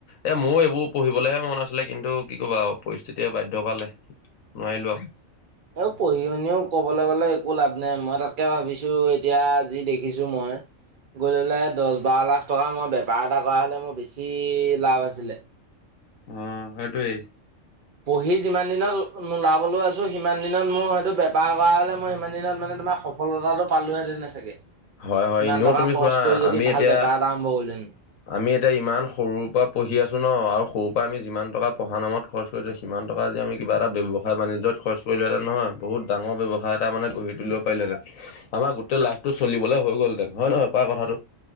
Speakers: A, on the left; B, on the right.
A: এ মোৰ এইবোৰ পঢ়িবলেহে মন আছিলে কিন্তু কি কবা পৰিস্থিতিয়ে বায়ধ্য কৰালে। নোৱাৰিলোঁ আও।
B: এ পঢ়ি শুনিও ক'বলে গ'লে একো লাভ নাই, মই তাতকে ভাবিছোঁ এতিয়া আ যি দেখিছোঁ মই গৈ লৈ পেলাই দহ বাৰ লাখ টকা মই বেপাৰ এটা কৰা হলে মোৰ বেছি লাভ আছিলে।
A: অ সেইটোৱেই।
B: পঢ়ি যিমান দিনত নোলাবলৈও আছো সিমান দিনত মোৰ হয়তো বেপাৰ কৰা হ'লে মই সিমান দিনত মানে তোমাৰ সফলতাটো পালোঁহেঁতেন চাগে,
A: হয়, হয়,
B: ইমান
A: এনেও
B: টকা
A: তুমি
B: খৰচ
A: চোৱা
B: কৰি যদি
A: আমি
B: ভাল
A: এতিয়া
B: বেপাৰ এটা আৰম্ভ কৰিলোহেঁতেন।
A: আমি এতিয়া ইমান সৰুৰ পা পঢ়ি আছো ন আৰু সৰুৰ পা আমি যিমান টকা পঢ়া নামত খৰচ সিমান টকা আজি আমি কিবা এটা ব্যৱসায় বাণিজ্যত খৰচ কৰিলোহেঁতেন নহয়, বহুত ডাঙৰ ব্যৱসায় এটা মানে গঢ়ি তোলি পাৰিলোঁহেঁতেন আমাৰ গোটেই লাইফটো চলিবলে হৈ গলহেঁতেন হয় নহয় কোৱা কথাটো?